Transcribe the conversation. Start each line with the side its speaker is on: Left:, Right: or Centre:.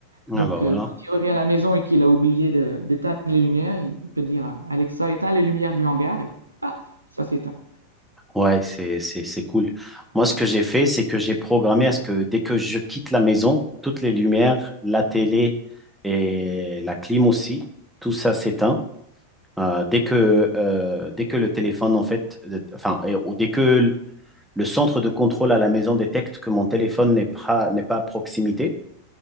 Centre: Ah
Right: Donc,
Centre: bah
Right: euh,
Centre: voilà.
Right: quand il revient à la maison et qu'il a oublié de- d'éteindre les lumières, il il peut dire Alexa, éteins les lumières du hangar et paf, ça s'éteint.
Centre: Ouais, c'est, c'est, c'est cool. Moi, ce que j'ai fait, c'est que j'ai programmé à ce que dès que je quitte la maison, toutes les lumières, la télé et la clim aussi, tout ça s'éteint. Euh, dès que, euh, dès que le téléphone, en fait, euh, enfin, et- ou dès que l- le centre de contrôle à la maison détecte que mon téléphone n'est pas, n'est pas à proximité,